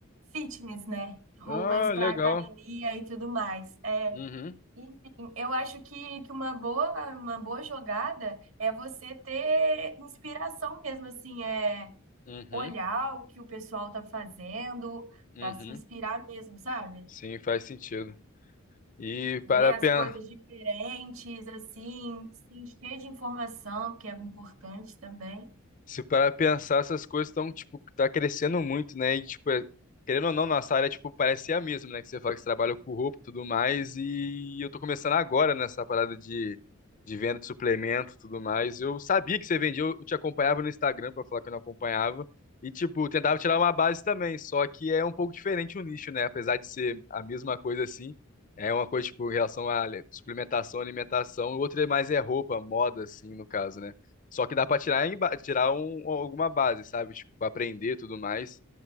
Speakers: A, on the right; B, on the left.
A: fitness, né? Roupas
B: Ah,
A: para
B: legal.
A: academia e tudo mais. É,
B: Uhum,
A: enfim, eu acho que, que uma boa, uma boa jogada é você ter inspiração mesmo, assim, é
B: uhum,
A: olhar o que o pessoal tá fazendo
B: uhum.
A: para se
B: uhum.
A: inspirar mesmo, sabe?
B: Sim, faz sentido. E para
A: ver as
B: pensar.
A: coisas diferentes, assim, se encher de informação, que é importante também.
B: Se parar pra pensar, essas coisas estão, tipo, tá crescendo muito, né? E, tipo, é- querendo ou não, nossa área, tipo, parece ser a mesma, né? Que você fala que você trabalha com roupa e tudo mais, e eu tô começando agora nessa parada de, de venda de suplemento e tudo mais. Eu sabia que você vendia, eu te acompanhava no Instagram pra falar que eu não acompanhava, e, tipo, tentava tirar uma base também, só que é um pouco diferente o nicho, né? Apesar de ser a mesma coisa assim, é uma coisa, tipo, em relação à suplementação, alimentação, o outro é mais é roupa, moda, assim, no caso, né? Só que dá pra tirar, em ba- tirar um, alguma base, sabe? Tipo, aprender e tudo mais.